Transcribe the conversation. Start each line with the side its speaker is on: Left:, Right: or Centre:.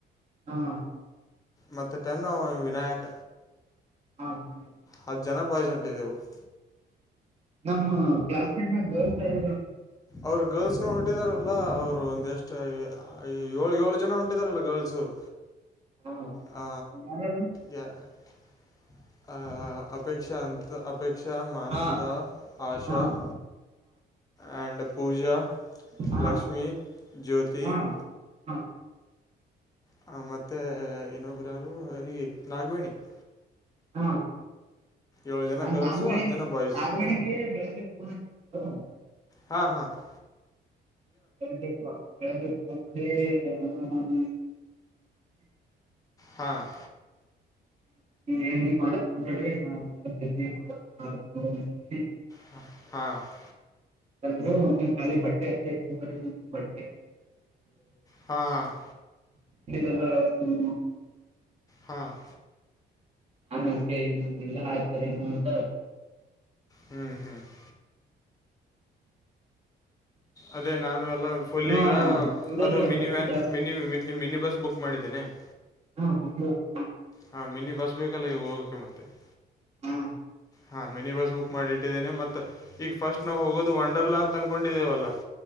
Right: ಹ ಹಾ! <inaudible>
Left: ಮತ್ತೆ ಟೆನು ನಾವು ವಿನಾಯಕ
Right: ಹಾ ವಿನಾಯಕ.
Left: ಹತ್ತು ಜನ ಬಾಯಿಸ್ ಹೊಂಟಿದ್ದವು.. <inaudible>
Right: ನಮ್ಮ್ ಕ್ಲಾಸ್ನೇಗ ಹೇಳುತ್ತಾರೋಧು? <inaudible>
Left: ಅವರು ಗರ್ಲ್ಸ್ನು ಹೊರಟಿದಾರಲ್ಲ! ಅವ್ರು ಒಂದ್ ಎಸ್ಟು ಹಾ. <inaudible> ಅ ಏಳು ಏಳು ಜನ ಹೊಂಟಿದಾರಲ್ಲ ಗರ್ಲ್ಸ್. <inaudible>
Right: ಹಾ
Left: ಹ
Right: ಯಾರ್ಯಾರು
Left: ಯಾ! <inaudible> ಅಪೇಕ್ಷಂತ ಅಪೇಕ್ಷ ಮಾನಂದ
Right: ಹಾ
Left: ಆಶಾ!
Right: ಹಾ ಹಾ
Left: <inaudible> ಆ್ಯಂಡ್ ಪೂಜಾ
Right: ಹಾ
Left: ಲಕ್ಷ್ಮಿ ಜ್ಯೋತಿ!
Right: ಹಾ
Left: <inaudible>
Right: ಹಾ
Left: ಹ ಮತ್ತೆ ಇನ್ನೊಬ್ಬರು ಯಾರು ಈ ನಾಗವೇಣಿ. <inaudible>
Right: ಹಾ
Left: ಏಳು ಜನ
Right: ಹಾ
Left: ಗರ್ಲ್ಸು
Right: ನಾಗವಣಿ
Left: ಹತ್ತು ಜನ ಬಾಯ್ಸ್
Right: ನಾಗವಾಣಿಗೆ! ಬೆಳಗ್ಗೆ ಫೋನ್ ಹಚ್ಚಿದ್. <inaudible>
Left: ಹಾ ಹಾ! <inaudible>
Right: ಹೇಳ್ಬೇಕು ಹೇಳ್ಬೇಕು ಹಾಂಗೆ ಹಾಅ. <inaudible>
Left: ಹಾ. <inaudible>
Right: ಏನು ಮಾಡಕ್ಕೂ ಹೋಗುಬೇಡಿ ನಾವೂ ಇನ್ನ. <unintelligible> ಹಾ ಅಧಿಕೇನು ಬಿಡಿ. <inaudible>
Left: ಹ ಹಾ! <inaudible>
Right: ಬಂದ್ರು ಖಾಲಿ ಬಟ್ಟೆ ಅಷ್ಟ ಬಟ್ಟೆ.
Left: ಹಾಂ ಹಾಂ
Right: <unintelligible> <unintelligible> <inaudible>
Left: ಹಾ. <inaudible>
Right: ಆಮೇಕೆ ಇನ್ನೊಂದು ಇಲ್ಲಾ! <unintelligible>
Left: ಹ್ಮ್ ಹ್ಮ್. <inaudible> ಅದೇ ನಾನುಏನು ಎಲ್ಲ ಫುಲ್
Right: ಇವ
Left: ಈಗ! <inaudible>
Right: ಶಿವರಾಜ್
Left: ಅದು
Right: ಅವ್ರ್
Left: ಮಿನಿ
Right: ಹಚ್ಚಿದ್ದ
Left: ವ್ಯಾನ್ ಮಿನಿ ಮಿನಿ ಬಸ್ ಬುಕ್ ಮಾಡಿದ್ದೇನೆ. <inaudible>
Right: ಹಾ ಇದು ಹಾ. <inaudible>
Left: ಹಾ ಮಿನಿ ಬಸ್ ಬೇಕಲ್ಲ ಈಗ ಹೋಗಕ್ಕೆೆ ಮತ್ತೆ! <inaudible>
Right: ಹೂ. <inaudible>
Left: ಹಾ ಮಿನಿ ಬಸ್ ಬುಕ್ ಮಾಡಿಟ್ಟಿದ್ದೇನೆ! ಮತ್ತು ಈಗ ಫಸ್ಟ್ ನಾವು ಹೋಗೋದು ವಂಡರ್ಲಾ ಅಂತ ಅನ್ಕೊಂಡಿದ್ದೇವಲ್ಲ. <inaudible>